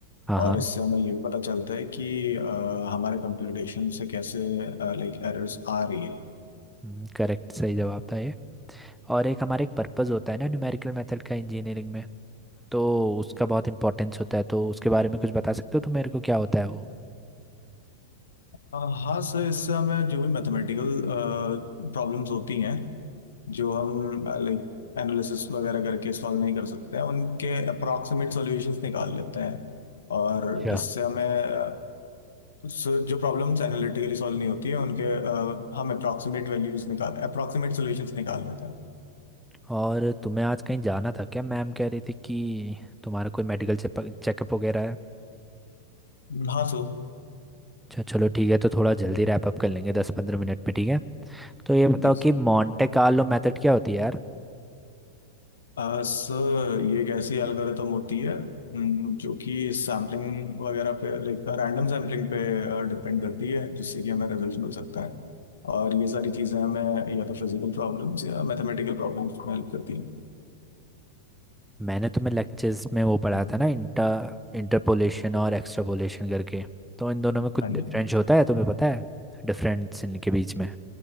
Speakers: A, in the centre; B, on the left (about 70°).
A: हाँ हाँ
B: और इससे हमें ये भी पता चलता है कि आ, हमारे कंप्यूटेशन से कैसे लाइक एरर्स आ रही है
A: हम्म, करेक्ट सही जवाब था ये और एक हमारा एक पर्पस होता है ना न्यूमेरिकल मेथड का इंजीनियरिंग में तो उसका बहुत इंपॉर्टेंस होता है तो उसके बारे में कुछ बता सकते हो तो मेरे को क्या होता है वो
B: आ, हाँ सर इससे हमें जो भी मैथमेटिकल प्रॉब्लम्स होती हैं जो हम लाइक एनालिसिस वगैरह करके सॉल्व नहीं कर सकते हैं उनके अप्रॉक्सीमेट सॉल्यूशंस निकाल लेते हैं और
A: अच्छा
B: इससे हमें अ, सो- जो प्रॉब्लम्स एनालिटिकली सॉल्व नहीं होती है उनके अ, हम अप्रॉक्सीमेट वैल्यूज निकाल अप्रॉक्सीमेट सॉल्यूशंस निकाल लेते हैं
A: और तुम्हें आज कहीं जाना था क्या मैम कह रही थी कि तुम्हारा कोई मेडिकल चेकअप वगैरह है
B: हाँ सो
A: अच्छा चलो ठीक है तो थोड़ा जल्दी रैप अप कर लेंगे दस पंद्रह मिनट में ठीक है तो ये बताओ
B: जी so।
A: कि मॉन्टे कार्लो मेथड क्या होती है यार
B: अ, सर ये एक ऐसी एल्गोरिथम होती है हम्म, जो कि सैम्पलिंग वगैरह पे लाइक रैंडम सैम्पलिंग पे डिपेंड करती है जिससे कि हमें रिजल्ट मिल सकता है और ये सारी चीज़ें हमें या तो फिजिकल प्रॉब्लम्स या मैथमेटिकल प्रॉब्लम्स में हेल्प करती हैं
A: मैंने तुम्हें लेक्चर्स में वो पढ़ा था ना इंटर इंटरपोलेशन और एक्सट्रापोलेशन करके तो इन दोनों में कुछ
B: हाँ
A: डिफरेंस
B: जी
A: होता है तुम्हें पता है डिफरेंस इनके बीच में